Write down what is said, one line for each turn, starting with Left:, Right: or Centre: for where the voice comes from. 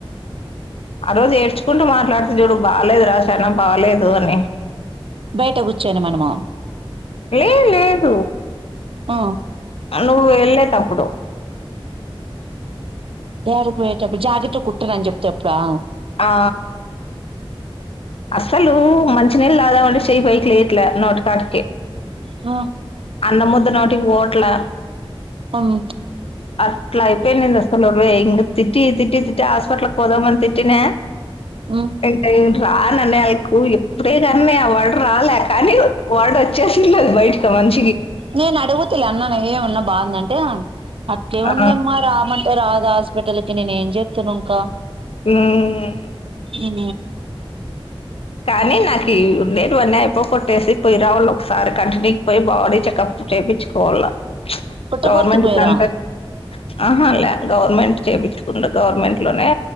Left: ఆ రోజు ఏడ్చుకుంటూ మాట్లాడుతే చూడు బాగాలేదురా సనా బాగాలేదు అని
Right: బయట కూర్చాను మనము
Left: లే లేదు
Right: ఆ
Left: నువ్వు వెళ్ళేటప్పుడు
Right: ఎర పోయేటప్పుడు జాకెట్లు కుట్టారని చెప్తే చెప్పురా
Left: ఆ అస్సలు మంచినీళ్ళ కదా వాడు చెయ్యి పైకి లేవట్లే నోట్ కాడికి
Right: ఆ
Left: అన్న ముద్ద నోటికి పోవట్లే
Right: ఉమ్
Left: అట్లా అయిపోయిందింది అసలు వే ఇం తిట్టి తిట్టి తిట్టి హాస్పిటల్ పోదమ తిట్న
Right: ఉమ్
Left: ఎంటై రాననే వాళ్ళకు ఎప్పుడే కానీ ఆ వార్డ్ రాలే కానీ వార్డ్ వచ్చేసి అది బయటకి మంచి
Right: నేను అడగుత అన్ననే ఏ ఉన్నా బాగుందంటే అట్టే
Left: ఆ
Right: ఉందమ్మా రామ రాదు హాస్పిటల్ కి నేను ఏం చేపన్నా ఇంకా
Left: ఉమ్
Right: ఉ
Left: కానీ నాకు లేేనువన్నీ అయిపో కొట్టేసి పొయ రావళ్ళు ఒకసారి కంటిన్యూకి పోయి బాడీ చెకప్ చేయిించుకోవాలి
Right: పుట్టపర్తికి
Left: గవర్మెంట్
Right: పోయిరా
Left: క ఆహా అ గవ గవర్నమెంట్ చేయిించుకుం గవర్నమెంట్ లోనే